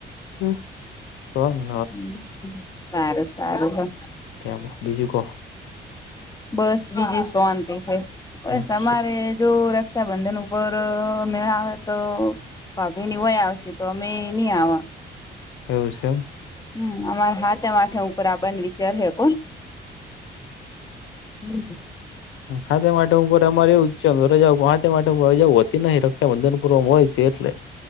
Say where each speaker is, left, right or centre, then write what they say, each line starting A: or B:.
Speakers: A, on the left; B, on the left.
A: હમ
B: હ સારું સારું હ.
A: ત્યાં બીજું કહો.
B: બસ બીજી સોંતિ હ બસ
A: એમ
B: અમારે
A: શું
B: જો. રક્ષાબંધન ઉપર મેળા આવે તો. ભ ભે <unintelligible> એની વય આવશે તો અમે નહી આવા.
A: એવું છે.
B: હમ અમારા હા માથે ઉપર આપણને વિચાર હ કોણ. હમ.
A: હા તે માટે હું ઉપર અમારે એવું છે. રજા વા તે માટે રજાતી નહ રક્ષા બંધન પૂર્વ હોય છે એટલે.